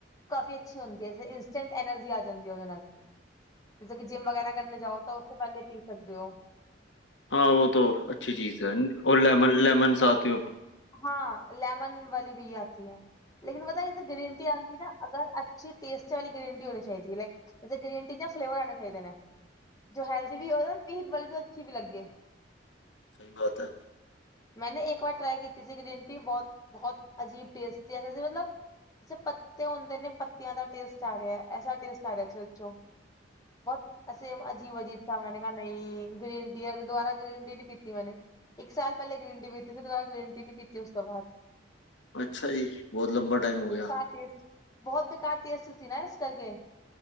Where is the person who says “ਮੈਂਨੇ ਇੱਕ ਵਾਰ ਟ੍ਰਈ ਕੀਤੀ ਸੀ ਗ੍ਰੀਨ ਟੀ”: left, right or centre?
Left